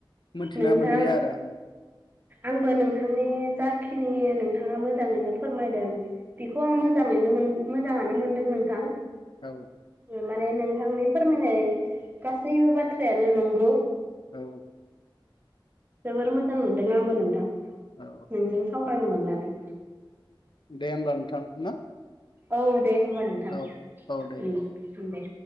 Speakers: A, on the left; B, on the right.
A: मिथिना
B: नोंथां
A: मोनलिया आरो आं
B: आंबो नोंथांनि जाखिनि नोंथाङा मोजाङैनो फोरमायदों बेखौ आं मोजाङैनो मोजाङानो मोनदों नोंथां
A: औ
B: माने नोंथांनि फोरमायनाय गासैबो बाथ्रायानो नंगौ
A: औ
B: जोबोर मोजां मोनदों आंबो नोंथां
A: औ
B: नोंजों सावरायनो मोननानै
A: दे होमबा नोंथां ना
B: औ दे होनोमबा नोंथां
A: औ औ दे दे
B: दे